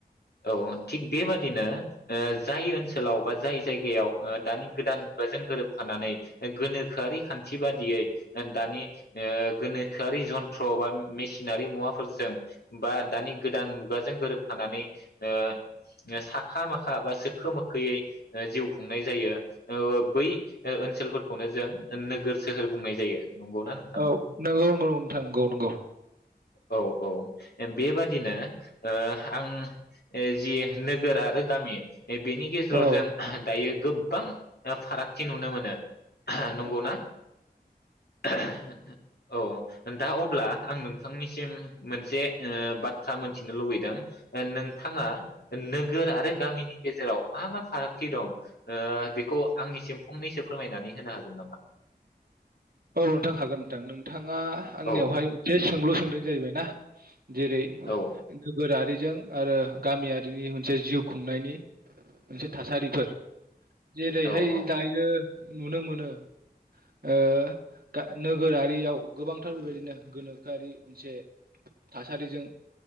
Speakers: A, on the left; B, on the right.
A: औ थिग बेबादिनो जाय ओनसोलाव बा जाय जायगायाव दानि गोदान मुगाजों गोरोबफानानै गोनोखोआरि खान्थि बादियै दानि गोनोखोआरि जन्थ्र बा मेसिनारि मुवाफोरजों बा दानि गोदान मुगाजों। गोरोबफानानै ओ ओ सा माखा माखा बा सोखो मोखोयै जिउ खुंनाय जायो। ओ बै ओ ओनसोलफोरखौनो जों नोगोर सोहोर बुंनाय जायो। नंगौना नोंथां?
B: औ नंगौ नंगौ नोंथां नंगौ नंगौ।
A: औ औ बेबादिनो आं जि नोगोर आरो गामि बेनि गेजेराव
B: औ
A: जों दायो। गोबां फारागथि नुनो मोनो। नंगौ
B: औ
A: ना? <unintelligible> औ दा अब्ला आं नोंथांनिसिम मोनसे बाथ्रा मोनथिनो लुबैदों नोंथाङा नोगोर आरो गामिनि गेजेराव मा मा फारागथि दं बेखौ आंनिसिम फंनैसो फोरमायनानै होनो हागोन नामा?
B: औ नोंथां हागोन नोंथां नों। नोंथाङा आंनियावहाय
A: औ
B: मोनसे सोंलु सों दों जाहैबायना? जेरै
A: औ
B: नोगोरारि जों आरो गामियारिनि मोनसे जिउ खुंनायनि मोनसे थासारि फोर जेरैहाय
A: औ औ
B: दायो नुनो मोनो ओ गा-नोगोरारियाव गोबांथार बेबायदिनो गोनोखोआरि मोनसे थासारिजों